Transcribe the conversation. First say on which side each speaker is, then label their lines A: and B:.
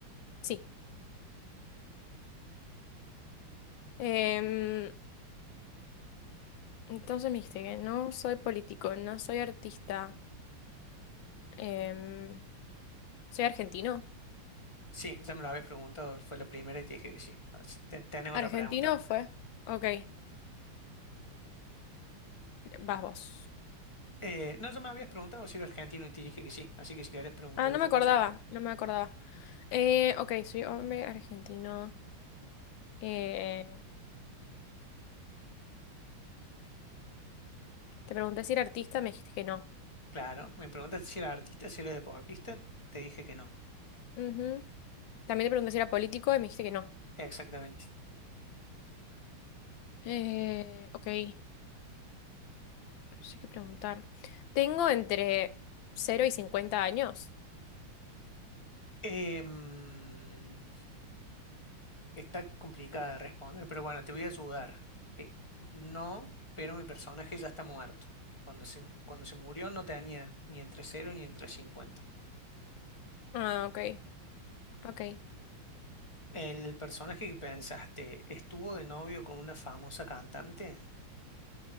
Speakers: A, on the left; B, on the left.
A: Sí. Em, entonces me dijiste que no soy político, no soy artista. Em, ¿soy argentino?
B: Sí, ya me lo habías preguntado, fue la primera y te dije que sí. Así te- ¿Tenés otra
A: ¿Argentino
B: pregunta?
A: fue? Ok. Vas vos.
B: Eh, no, ya me habías preguntado si era argentino y te dije que sí. Así que si querés preguntar
A: Ah, no
B: otra
A: me acordaba,
B: cosa,
A: no me acordaba. Eh, ok, soy hombre argentino. Eh, te pregunté si era artista, me dijiste que no.
B: claro, me preguntaste si era artista, si era deportista, te dije que no.
A: Ujú. También te pregunté si era político y me dijiste que no.
B: Exactamente.
A: Eh, ok, no sé qué preguntar. Tengo entre cero y cincuenta años.
B: Em, Está complicada de responder, pero bueno, te voy a ayudar. Eh, no, pero mi personaje ya está muerto. Cuando se, cuando se murió no tenía ni entre cero ni entre cincuenta
A: Ah, ok, ok.
B: ¿El personaje que pensaste estuvo de novio con una famosa cantante?